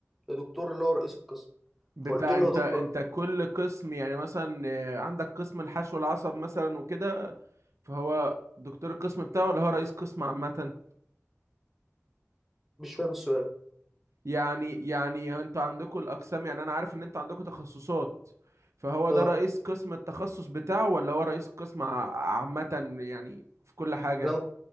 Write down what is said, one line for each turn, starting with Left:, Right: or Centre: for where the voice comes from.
Centre: لدكتور اللي هو رئيس القسم
Right: بتاع
Centre: فقلت له
Right: انت
Centre: يا دكتور
Right: انت كل قسم يعني مثلا آه، عندك قسم الحشو العصب مثلا وكده فهو دكتور القسم بتاعه ولا هو رئيس قسم عامة
Centre: مش فاهم السؤال
Right: يعني يعني انتوا عندكم الأقسام يعني أنا عارف إن انتوا عندكم تخصصات فهو
Centre: اه
Right: ده رئيس قسم التخصص بتاعه ولا هو رئيس قسم ع- عامة يعني في كل حاجة
Centre: اللي انا